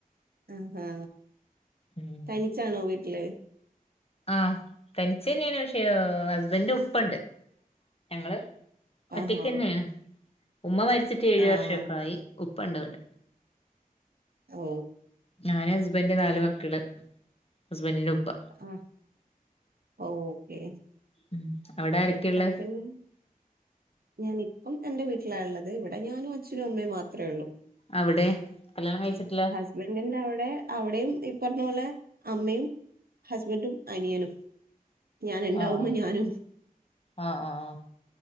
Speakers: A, on the right; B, on the left.
A: ആഹ് ഹാ
B: ഉം
A: തനിച്ചാണോ വീട്ടില്?
B: ആഹ് തനിച്ച് തന്നെയാണ് പക്ഷെ ഹസ്ബൻന്റിന്റെ ഉപ്പണ്ട്. ഞങ്ങള് ഒറ്റയ്ക്ക്
A: ആഹാ
B: തന്നെയാണ്, ഉമ്മ മരിച്ചിട്ട് ഏഴു
A: ആഹ്
B: വർഷൊക്കെ ആയി ഉപ്പണ്ട് വിടെ
A: ഓ
B: ഞാാന് ഹസ്ബന്ഡന്റെ നാല്
A: അങ്ങനെ
B: മക്കള് ഹസ്ബന്റിന്റെ ഉപ്പ
A: ആഹ ഓക്കെ
B: ഉം അവിടെ ആരൊക്കെയള്ളെ
A: എവിടെ പിന്ന ഞാന ഇപ്പം എന്റെ വീട്ടിലായുള്ളത് ഇവിടെ ഞാനും അച്ഛനും അമ്മയും മാത്രമേ ഉള്ളൂ
B: അവിടെ കല്യാണം കഴിച്ചിട്ടില്ല
A: ഹസ്ബന്റിന്റെ അവിടെ അവിടെയും ഈ പറഞ്ഞ പോലെ അമ്മയും ഹസ്ബൻറും അനിയനും ഞാൻ ഉണ്ടാവുമ്പോ
B: ആഹ്
A: ഞാനും
B: ആഹ് ആഹ് ആഹ്